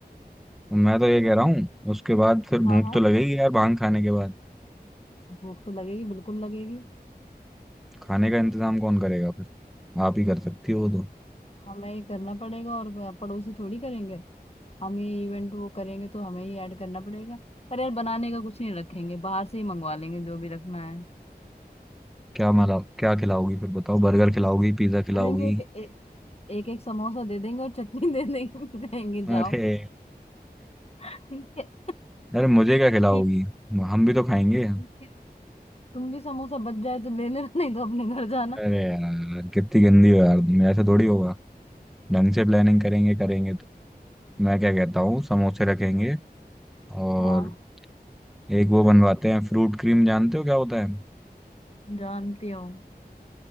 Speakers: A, in the centre; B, on the left (about 40°).
A: मैं तो ये कह रहा हूँ उसके बाद फिर
B: हाँ
A: भूख
B: हाँ
A: तो लगेगी यार भांग खाने के बाद
B: भूख तो लगेगी बिल्कुल लगेगी
A: खाने का इंतजाम कौन करेगा फिर आप ही कर सकती हो तो
B: हमें ही करना पड़ेगा और प- पड़ोसी थोड़ी करेंगे हम ही इवेंट वो करेंगे तो हमें ही ऐड करना पड़ेगा पर यार बनाने का कुछ नहीं रखेंगे बाहर से ही मंगवा लेंगे जो भी रखना है
A: क्या मला क्या खिलाओगी फिर बताओ बर्गर खिलाओगी पिज्जा खिलाओगी
B: दे देंगे एक ए, एक एक समोसा दे देंगे और चटनी <laughs> दे देंगे कहेंगे जाओ
A: अरे
B: ठीक है
A: अरे मुझे क्या खिलाओगी
B: ठीक है
A: हम भी तो खाएंगे
B: ठीक है। तुम भी समोसा बच जाए तो ले लेना नहीं तो अपने घर जाना
A: अरे यार कितनी गंदी हो यार तुम ऐसा थोड़ी होगा ढंग से प्लानिंग करेंगे करेंगे तो मैं क्या कहता हूँ समोसे रखेंगे और
B: हाँ
A: एक वो बनवाते हैं फ्रूट क्रीम जानते हो क्या होता है
B: जानती हूँ